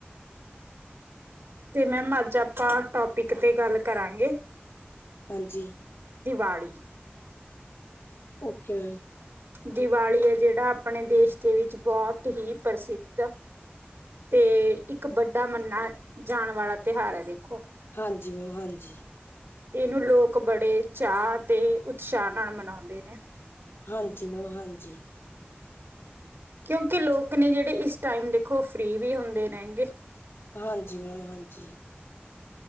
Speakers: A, on the right; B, on the left.
A: ਤੇ ਮੈਮ ਅੱਜ ਆਪਾਂ ਟੋਪਿਕ ਤੇ ਗੱਲ ਕਰਾਂਗੇ।
B: ਹਾਂਜੀ।
A: ਦੀਵਾਲੀ।
B: ਓਕੇ।
A: ਦੀਵਾਲੀ ਹੈ ਜਿਹੜਾ ਆਪਣੇ ਦੇਸ਼ ਦੇ ਵਿੱਚ ਬਹੁਤ ਹੀ ਪ੍ਰਸਿੱਧ ਤੇ ਇੱਕ ਵੱਡਾ ਮੰਨ ਜਾਣ ਵਾਲਾ ਤਿਉਹਾਰ ਹੈ ਦੇਖੋ।
B: ਹਾਂਜੀ ਮੈਮ, ਹਾਂਜੀ।
A: ਇਹਨੂੰ ਲੋਕ ਬੜੇ ਚਾਅ ਤੇ ਉਤਸ਼ਾਹ ਨਾਲ ਮਨਾਉਂਦੇ ਨੇ।
B: ਹਾਂਜੀ ਮੈਮ ਹਾਂਜੀ
A: ਕਿਉਂਕਿ ਲੋਕ ਨੇ ਜਿਹੜੇ ਇਸ ਟਾਈਮ ਦੇਖੋ ਫਰੀ ਵੀ ਹੁੰਦੇ ਰਹਿਣਗੇ
B: ਹਾਂਜੀ ਮੈਮ ਹਾਂਜੀ